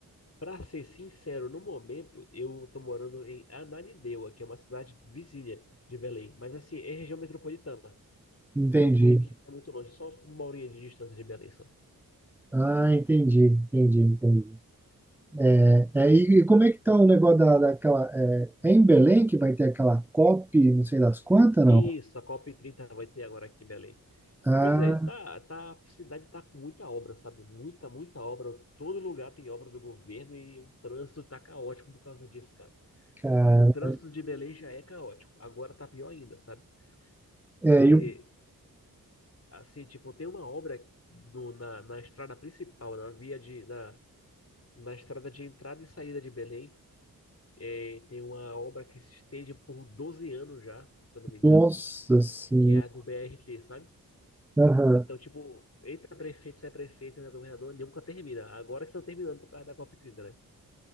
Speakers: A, on the left; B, in the centre.
A: pra ser sincero, no momento eu tô morando em Ananindeua, que é uma cidade vizinha de Belém. Mas assim, é região metropolitana.
B: Entendi.
A: Então meio que não é muito longe. Só uma horinha de distância de Belém só.
B: Ah, entendi, entendi, entendi. É, é, e, e como é que tá o negócio da, daquela. É, é em Belém que vai ter aquela COP, não sei das quantas,
A: Isso,
B: não?
A: a cop trinta vai ter agora aqui em Belém.
B: Ah,
A: Pois é, tá, tá, a cidade tá com muita obra, sabe? Muita, muita obra. Todo lugar tem obra do governo e o trânsito tá caótico por causa disso, cara.
B: cara.
A: O trânsito de Belém já é caótico. Agora tá pior ainda, sabe?
B: É,
A: Porque,
B: e o.
A: assim, tipo, tem uma obra do, na, na estrada principal, na via de, na, na estrada de entrada e saída de Belém. É, tem uma obra que se estende por 12 anos já, se eu não me engano,
B: Nossa Senhora.
A: que é a do BRT, sabe?
B: Aham.
A: Então, tipo, entra prefeito, sai prefeito, entra governador, nunca termina. Agora que estão terminando por causa da COP30, né?